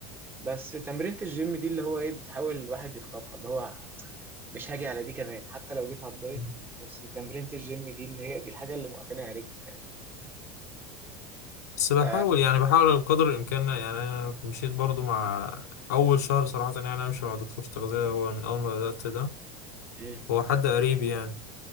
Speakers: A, on the right; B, on the left.
A: بس تمرينة الجيم دي اللي هو ايه بتحاول الواحد يخطفها اللي هو مش هاجي على دي كمان حتى لو جيت على الدايت
B: مم.
A: بس تمرينة الجيم دي اللي هي دي الحاجه اللي موقفاني على رجلي فاهم
B: بس
A: ف
B: بحاول يعني بحاول بقدر الإمكان يعني أنا مشيت برضو مع أول شهر صراحة يعني أنا ماشي مع دكتور تغذية هو من أول ما بدأت ده
A: امم
B: هو حد قريب يعني